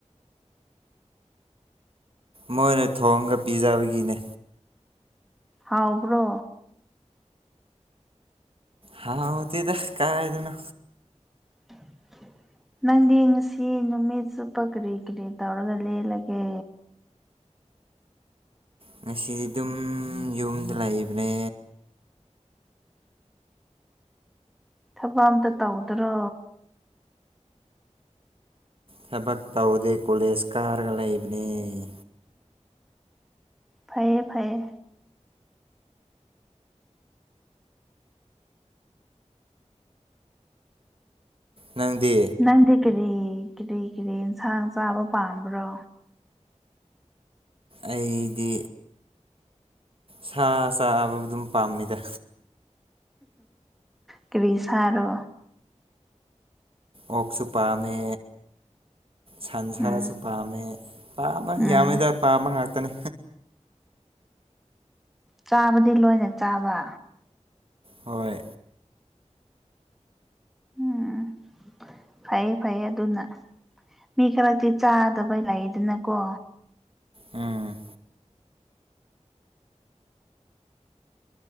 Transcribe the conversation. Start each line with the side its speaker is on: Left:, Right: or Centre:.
Right: ꯃꯣꯏꯅ ꯊꯣꯡꯒ ꯄꯤꯖꯕꯒꯤꯅꯦ
Centre: ꯍꯥꯎꯕ꯭ꯔꯣ
Right: ꯍꯥꯎ ꯍꯧ ꯇꯗ ꯀꯥꯏꯗꯅꯣ
Centre: <inaudible> ꯅꯪꯗꯤ ꯉꯁꯤ ꯅꯨꯃꯤꯠ ꯆꯨꯞꯄ ꯀꯔꯤ ꯀꯔꯤ ꯇꯧꯔꯒ ꯂꯦꯜꯂꯒꯦ
Right: ꯉꯁꯤ ꯑꯗꯨꯝ ꯌꯨꯝꯗ ꯂꯩꯕꯅꯦ
Centre: ꯊꯕꯛ ꯑꯝꯇ ꯇꯧꯗ꯭ꯔꯣ
Right: ꯊꯕꯛ ꯇꯧꯗꯦ ꯀꯣꯂꯦꯖ ꯀꯥꯔꯒ ꯂꯩꯕꯅꯦ
Centre: ꯐꯩꯌꯦ ꯐꯩꯌꯦ
Right: ꯅꯪꯗꯤ
Centre: ꯅꯪꯗꯤ ꯀꯔꯤ ꯀꯔꯤ ꯀꯔꯤ ꯑꯦꯟꯁꯥꯡ ꯆꯥꯕ ꯄꯥꯝꯕ꯭ꯔꯣ
Right: ꯑꯩꯗꯤ ꯁꯥ ꯆꯥꯕ ꯑꯗꯨꯝ ꯄꯥꯝꯃꯤꯗ
Centre: ꯀꯔꯤ ꯁꯥꯔꯣ
Right: ꯑꯣꯛꯁꯨ ꯄꯥꯝꯃꯦ ꯁꯟ ꯁꯥꯔꯁꯨ
Centre: ꯎꯝ
Right: ꯄꯥꯝꯃꯦ ꯄꯥꯝꯕ
Centre: ꯎꯝ
Right: ꯌꯥꯝꯉꯦꯗ ꯄꯥꯝꯕ ꯉꯥꯛꯇꯅꯤ
Centre: ꯆꯥꯕꯗꯤ ꯂꯣꯏꯅ ꯆꯥꯕ
Right: ꯍꯣꯏ
Centre: ꯎꯝ ꯐꯩꯌꯦ ꯐꯩꯌꯦ ꯑꯗꯨꯅ ꯃꯤ ꯈꯔꯛꯇꯤ ꯆꯥꯗꯕ ꯂꯩꯗꯅꯀꯣ
Right: ꯎꯝ